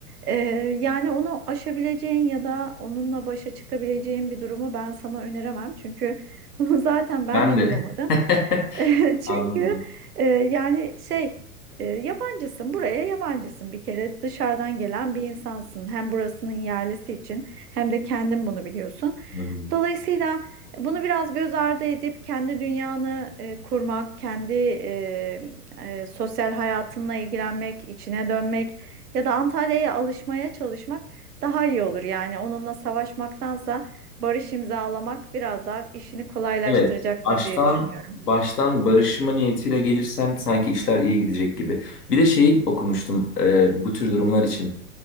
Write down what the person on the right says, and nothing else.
Ee, yani onu aşabileceğin ya da onunla başa çıkabileceğin bir durumu ben sana öneremem. Çünkü bunu <laughs> zaten ben
de
bulamadım.
<laughs>
Çünkü e, yani şey e, yabancısın buraya yabancısın bir kere dışarıdan gelen bir insansın. Hem burasının yerlisi için hem de kendin bunu biliyorsun.
Dolayısıyla bunu biraz göz ardı edip kendi dünyanı e, kurmak, kendi e, e, sosyal hayatınla ilgilenmek, içine dönmek ya da Antalya'ya alışmaya çalışmak daha iyi olur. Yani onunla savaşmaktansa barış imzalamak biraz daha işini kolaylaştıracaktır
diye düşünüyorum.